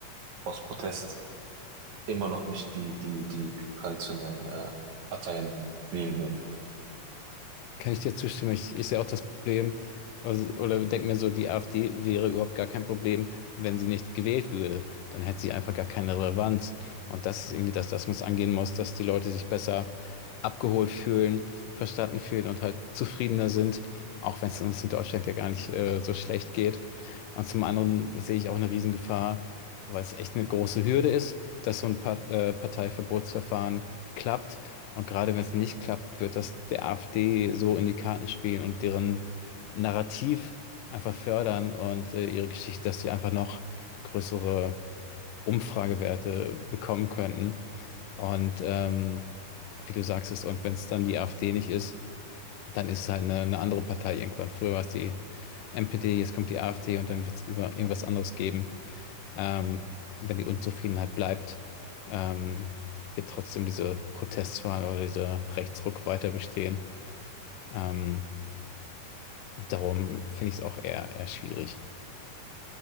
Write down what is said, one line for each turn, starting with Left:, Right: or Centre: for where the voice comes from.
Right: aus Protest immer noch nicht die, die, die traditionellen äh, Parteien wählen würden.
Left: Kann ich dir zustimmen? Ich, ich sehe auch das Problem, also, oder denke mir so, die AfD wäre überhaupt gar kein Problem, wenn sie nicht gewählt würde. Dann hätte sie einfach gar keine Relevanz. Und das ist irgendwie das, das man es angehen muss, dass die Leute sich besser abgeholt fühlen, verstanden fühlen und halt zufriedener sind, auch wenn es uns in Deutschland ja gar nicht äh, so schlecht geht. Und zum anderen sehe ich auch eine Riesengefahr, weil es echt eine große Hürde ist, dass so ein Pa- äh, Parteiverbotsverfahren klappt und gerade wenn es nicht klappt, wird das der AfD so in die Karten spielen und deren Narrativ einfach fördern und äh, ihre Geschichte, dass sie einfach noch größere Umfragewerte bekommen könnten. Und ähm, wie du sagst es, und wenn es dann die AfD nicht ist, dann ist es halt eine, eine andere Partei irgendwann. Früher war es die NPD, jetzt kommt die AfD und dann wird es irgendwas anderes geben ähm, wenn die Unzufriedenheit bleibt, ähm, wird trotzdem diese Protestwahl oder dieser Rechtsruck weiter bestehen. Ähm, darum finde ich es auch eher, eher schwierig.